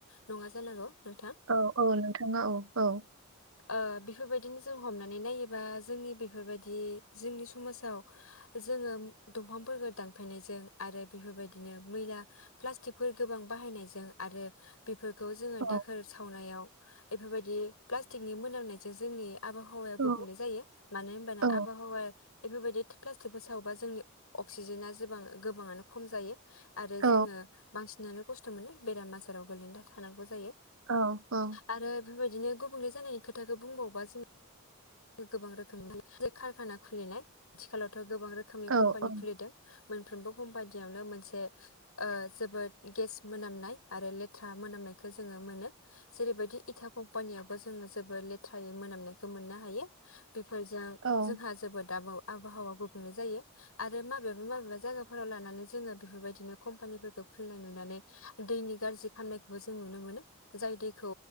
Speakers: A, on the left; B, on the right.
A: नङा जानांगौ नोंथां
B: औ औ नोंथाङा औ औ।
A: ओ बेफोरबायदिनो जों हमनानै नायोबा जोंनि बेफोरबायदि जोंनि समाजाव जोङो दंफांफोरखो दानफायनायजों आरो बेफोरबादिनो मैला प्लास्टिकफोर गोबां बाहायनायजों आरो बेफोर खौ जोङो
B: औ
A: दाखोर सावनायाव एफोरबायदि प्लास थिकनि मोनामनायजों जोंनि आबहावाया गुबुंले
B: औ
A: जायो। मानो होनबानो
B: औ
A: आबहावा एफोरबायदि प्लास्टिकफोर सावबा जोंनि अक्सिजेना जोबां गोबाङानो खम जायो। आरो
B: औ
A: जोङो बांसिनानो खस्थ' मोनो बेराम आजाराव गोग्लैना थानांगौ जायो।
B: औ औ
A: आरो बेफोरबायदिनो गुबुंले जानायनि खोथाखौ बुंबावबा जों गोबां रोखोमनि जे कारखाना खुलिनाय आथिखालावथ' गोबां रोखोमनि
B: औ
A: कम्पानि
B: औ
A: खुलिदों मोनफ्रोमबो कम बाददियावनो मोनसे <unintelligible> <unintelligible> जोबोद गेस मोनामनाय आरो लेथ्रा मोनामनायखौ जोङो मोनो जेरैबायदि इटा कम्पानियावबो जों जोङो जोबोर लेथ्रायै मोनामनायखौ मोननो हायो बेफोरजों
B: औ नोंथां
A: जोंहा जोबोद दाबो आबहावा गुबुंले जायो आरो माबेबा माबेबा जायगाफोराव लानानै जोङो बेफोरबायदिनो कम्पानिफोरखौ खुलिनाय नुनानै दैनि गाज्रि खामनायखौबो जों नुनो मोनो जाय दैखौ